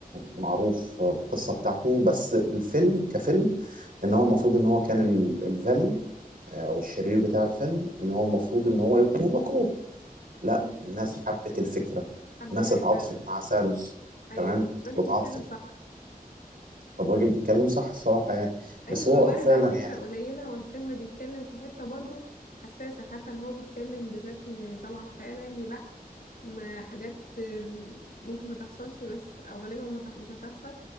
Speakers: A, on the right (about 70°); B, on the left (about 70°).
A: معروف القصة بتاعته بس الفيلم كفيلم ان هو المفروض ان هو كان ال- الفيلن آه، او الشرير بتاع الفيلم ان هو المفروض ان هو يكون مكروه لا
B: مم.
A: الناس حبت الفكرة
B: حبيناه
A: الناس اتعاطفت
B: فعلا
A: مع سانوس
B: ايوه
A: تمام
B: الراجل
A: واتعاطفت
B: بيتكلم صح
A: طب الراجل بيتكلم صح الصراحة يعني
B: ايوه
A: بس
B: الموارد
A: هو فعلا
B: على فكرة
A: يعني
B: قليلة والفيلم بيتكلم في حتة برضو حساسة حتى لو هو بيتكلم بشكل طبعا خيال علمي بحت ما حاجات آم، ممكن ما تحصلش بس او غالبا ما تح- مش هتحصل